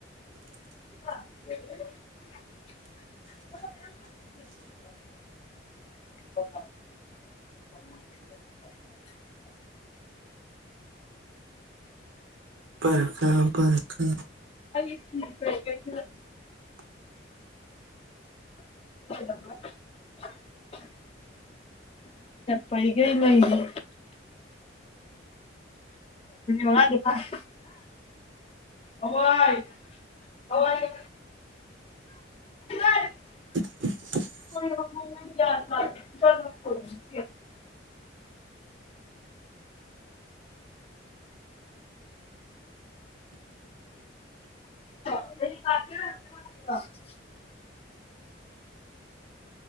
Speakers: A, on the left (about 30°); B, on the right (about 80°).
A: <unintelligible>
B: ꯄꯔꯈꯥ ꯄꯔꯈꯥ
A: ꯑꯩ ꯐꯤ ꯀꯩ ꯀꯩ <unintelligible> ꯄꯩꯒꯩ ꯂꯩꯔꯤ ꯃꯤꯅꯤꯠ ꯃꯉꯥꯗꯤ ꯐꯥꯔ‌‌ꯦ ꯑꯍ‌ꯣꯏ <unintelligible>
B: <unintelligible>
A: <unintelligible> <unintelligible>